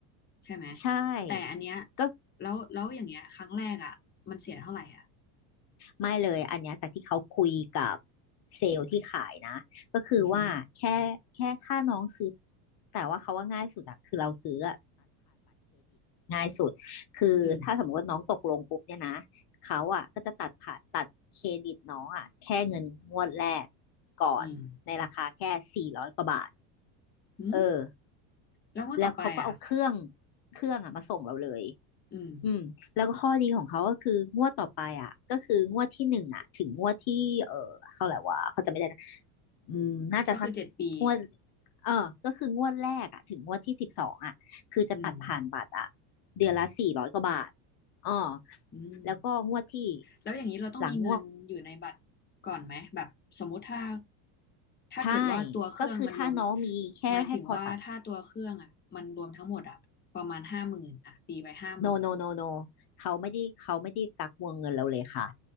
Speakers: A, on the left; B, on the left.
A: ใช่ไหม
B: ใช่
A: แต่อันเนี้ย
B: ก็
A: แล้วแล้วอย่างเงี้ยครั้งแรกอ่ะมันเสียเท่าไหร่อ่ะ
B: ไม่เลยอันเนี้ยจากที่เขาคุยกับเซลล์ที่ขายนะก็คือว่าแค่แค่ถ้าน้องซื้อ
A: อือหือ
B: แต่ว่าเขาว่าง่ายสุดอะคือเราซื้ออะ ง่ายสุด คือถ้าสมมติว่าน้องตกลงปุ๊บเนี่ยนะ
A: อืม
B: เขาอ่ะก็จะตัดผ่าตัดเครดิตน้องอ่ะแค่เงินงวดแรกก่อนในราคาแค่สี่ร้อยกว่าบาท
A: อืมอืม
B: เออ
A: แล้วงวดต่อไปอ่ะ
B: แล้วเขาก็เอาเครื่องเครื่องอ่ะมาส่งเราเลย
A: อืม
B: อืมแล้วก็ข้อดีของเขาก็คืองวดต่อไปอ่ะก็คืองวดที่หนึ่งอ่ะถึงงวดที่เออเท่าไหร่วะเขาจะไม่ได้นะอืมน่าจะสัก
A: ก็คือเจ็ดปี
B: งวดเออก็คืองวดแรกอ่ะถึงงวดที่สิบสองอ่ะคือจะตัดผ่านบัตรอ่ะ
A: อืม
B: เดือนละสี่ร้อยกว่าบาทอ๋อ
A: อืม
B: แล้วก็งวดที่
A: แล้วอย่างนี้เราต้องมีเงินอยู่ในบัตรก่อนไหมแบบสมมุติถ้า
B: หลังงวด
A: ถ้าเกิดว่าตัวเครื่องมันรวม
B: ใช่ก็คือถ้าน้องมีแค่ให้พอตัด
A: หมายถึงว่าถ้าตัวเครื่องอ่ะมันรวมทั้งหมดอ่ะประมาณห้าหมื่นอ่ะตีไปห้าหมื่น
B: โนโนโนโนเขาไม่ได้เขาไม่ได้กักวงเงินเราเลยค่ะ